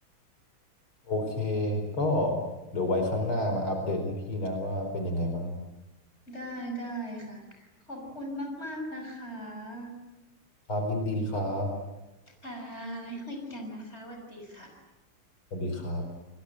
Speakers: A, on the left; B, on the left.
A: โอเค ก็เดี๋ยวไว้ครั้งหน้ามาอัปเดตให้พี่นะว่าเป็นยังไงบ้าง
B: ได้ได้ค่ะขอบคุณมากๆนะคะ
A: ครับยินดีครับ
B: ค่ะไว้คุยกันนะคะสวัสดีค่ะ
A: สวัสดีครับ